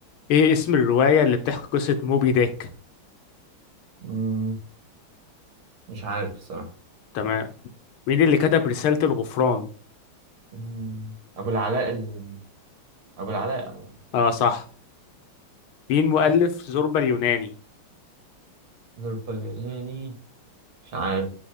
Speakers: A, on the left; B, on the right.
A: إيه اسم الرواية اللي بتحكي قصة موبي ديك
B: مم، مش عارف الصراحة
A: تمام مين اللي كتب رسالة الغفران
B: مم، أبو العلاء ال... أبو العلاء أبو العلاء
A: اه صح مين مؤلف زوربا اليوناني
B: ظرف اليوناني مش عارف